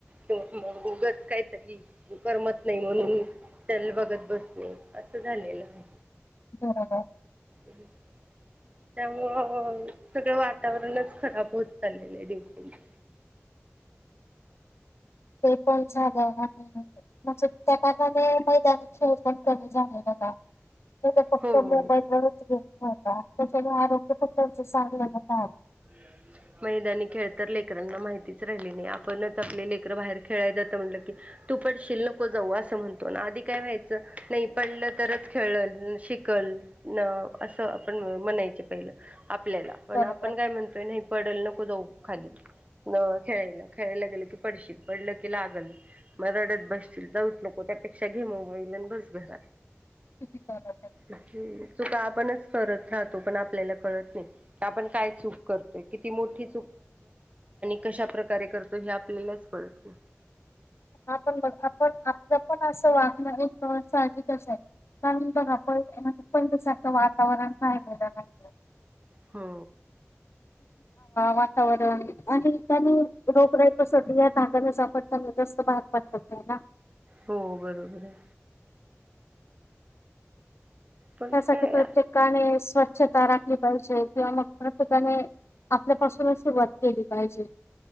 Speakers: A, on the right; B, on the left.
A: त मग उगच काय तरी करमत नाही म्हणून त्याला बघत बसणे असं झालेलं आहे.
B: बरोबर.
A: ह त्यामुळं सगळं वातावरणच खराब होत चाललेलं आहे दिवशी दिवस
B: ते पण साध म्हणजे त्याने मैदाना खेळ पण कमी झाले बघा फक्त
A: हो
B: मोबाईल वरच गेम खेळता, त्याच्याने आरोग्य फक्त चांगले नाही
A: हो मैदानी खेळ तर लेकरांना माहितीच राहिली नाही, आपणच आपले लेकर बाहेर खेळाय जातं म्हटलं की. तू पडशील नको जाऊ असं म्हणतो ना आधी काय व्हायचं नाही पडलं तरच खेळल शिकल. न असं आपण म्हणायचे पहिलं आपल्याला पण
B: बरोबर
A: आपण काय म्हणतोय नाही पडल नको जाऊ खाली मग खेळायला, खेळायला गेलं की पडशील पडलं की लागल मग रडत बसतील जाऊच लोको त्यापेक्षा घेमबाईल आणि बस घरात
B: किती
A: ह् चु का आपणच करत पण आपल्याला कळत नाही आपण चूक करतोय. मोठी कशा प्रकारे करतो. हे आपल्यालाच कळत नाही.
B: आपलं पण असं वागणं एक साहजिकच आहे. नाही बघा पण पणच्यासारखं वातावरण राहिलेलं नाही <unintelligible>
A: हो
B: वातावरणामुळे दूषित हवा रोगराई पसरते. जरदस्त बार पठत आहे ना <unintelligible>
A: हो बरोबर आहे. पण
B: त्यासाठी
A: काय
B: प्रत्येकाने स्वच्छता राखली पाहिजे किंवा मग प्रत्येकाने आपल्यापासून सुरवात केली पाहिजे